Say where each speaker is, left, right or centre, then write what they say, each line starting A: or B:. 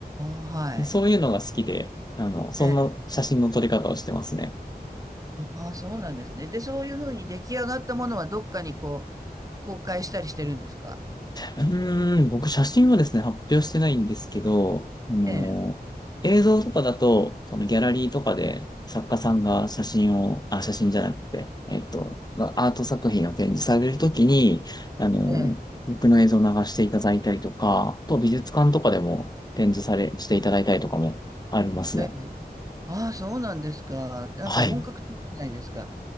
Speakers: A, on the right; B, on the left.
A: あ、はい、
B: でそういうのが好きで、あの、そんな写真の撮り方をしてますね。
A: ええ、ああ、そうなんですね。で、そういうふうに出来上がったものはどっかにこう、公開したりしてるんですか
B: うーん、僕写真はですね、発表してないんですけど、あの、
A: ええ、
B: 映像とかだと、そのギャラリーとかで作家さんが写真を、あ、写真じゃなくて、えっと、まあアート作品を展示されるときに、あの、
A: ええ、
B: 僕の映像を流していただいたりとか、あと美術館とかでも展示され、していただいたりとかもありますね。
A: ええ。ああ、そうなんですか。なんか本格的じゃないですか。
B: はい。